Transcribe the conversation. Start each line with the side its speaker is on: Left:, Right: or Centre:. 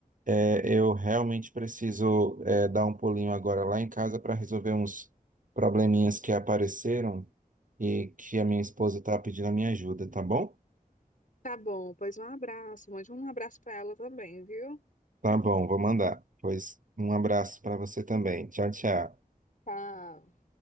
Right: é, eu realmente preciso é, dar um pulinho agora lá em casa para resolver uns probleminhas que apareceram e que a minha esposa tá pedindo a minha ajuda, tá bom?
Left: Tá bom, pois um abraço. Mande um abraço para ela também, viu?
Right: Tá bom, vou mandar. Pois um abraço para você também. Tchau, tchau.
Left: Tá.